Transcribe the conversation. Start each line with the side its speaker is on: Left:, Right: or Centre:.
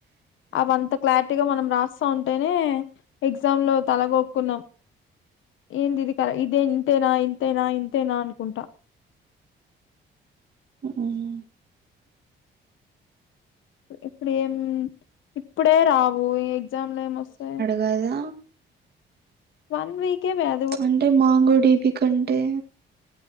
Left: అవంత క్లా టీగా మనం రాస్తా ఉంటేనే ఎగ్జామ్ లో తలగొక్కున్నాం ఏంది ఇది కర ఇదే ఇంతేనా ఇంతేనా ఇంతేనా అనుకుంటా
Right: మ్మ్
Left: ఇప్పుడు ఏం ఇప్పుడే రావు ఈ ఎగ్జామ్ లో ఏం వస్తాయి
Right: గదా
Left: వన్ వీక్ ఏ వే అ
Right: అంటే మాంగోడిబి కంటే,